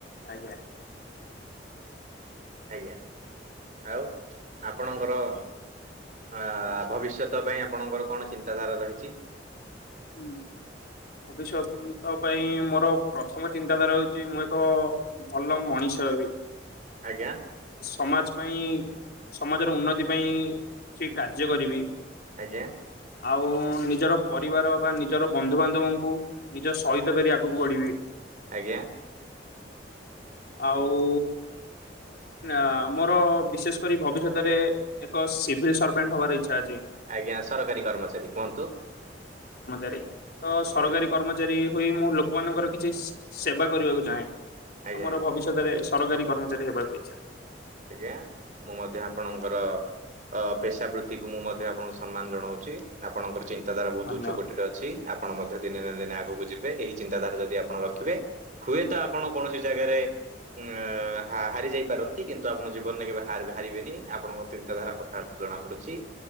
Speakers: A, on the left; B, on the right.
A: ଆଜ୍ଞା।
B: ଆଜ୍ଞା ଆଉ ଆପଣଙ୍କର ଅ ଭବିଷ୍ୟତ ପାଇଁ ଆପଣଙ୍କର କଣ ଚିନ୍ତାଧାରା ରହିଛି?
A: ହୁଁ। ଭବିଷ୍ୟତ ପାଇଁ ମୋର ପ୍ରଥମ ଚିନ୍ତାଧାରା ହଉଛି ମୁଁ ଏକ ଭଲ ମଣିଷ ହେବି।
B: ଆଜ୍ଞା?
A: ସମାଜ ପାଇଁ ସମାଜର ଉନ୍ନତି ପାଇଁ କିଛି କାର୍ଯ୍ୟ କରିବି।
B: ଆଜ୍ଞା।
A: ଆଉ ନିଜର ପରିବାର ବା ନିଜର ବନ୍ଧୁବାନ୍ଧବଙ୍କୁ ନିଜ ସହିତ କରି ଆଗକୁ ବଢିବି।
B: ଆଜ୍ଞା
A: ଆଉ ନା ମୋର ବିଶେଷ କରି ଭବିଷ୍ୟତରେ ଏକ ସିଭିଲ୍ ସର୍ଭେଣ୍ଟ ହବାର ଇଚ୍ଛା ଅଛି।
B: ଆଜ୍ଞା ସରକାରୀ କର୍ମଚାରୀ କୁହନ୍ତୁ?
A: ହେବି ତ ସରକାରୀ
B: ଆଜ୍ଞା
A: କର୍ମଚାରୀ ହୋଇ ମୁଁ ଲୋକମାନଙ୍କର କିଛି ଶ୍ ସେବା କରିବାକୁ ଚାହେଁ। ତ
B: ଆଜ୍ଞା।
A: ମୋର ଭବିଷ୍ୟତରେ ସରକାରୀ କର୍ମଚାରୀ ହେବାକୁ ଇଚ୍ଛା।
B: ଆଜ୍ଞା ମୁଁ ମଧ୍ୟ ଆପଣଙ୍କର ଅ ପେସାବୃତ୍ତିକୁ ମୁଁ ମଧ୍ୟ ଆପଣଙ୍କୁ ସମ୍ମାନ ଜଣଉଚି। ଆପଣଙ୍କର ଚିନ୍ତାଧାରା ବହୁତ
A: ଧନ୍ୟବାଦ
B: ଉଚ୍ଚ କୋଟିରେ ଅଛି। ଆ ପଣ ମଧ୍ୟ ଦିନେ ନା ଦିନେ ଆଗକୁ ଯିବେ ଏହି ଚିନ୍ତାଧାରା ଯଦି ଆପଣ ରଖିବେ। ହୁଏତ ଆପଣ କୌଣସି ଜାଗାରେ ଉ ହା ହାରି ଯାଇପାର ନ୍ତି କିନ୍ତୁ ଆପଣ ଜୀବନରେ କେବେ ହାର୍ ବେ ହାରିବେନି ଆପଣଙ୍କ ଚିନ୍ତାଧାରା କଥାବାର୍ତା ରୁ ଜଣା ପଡୁଚି।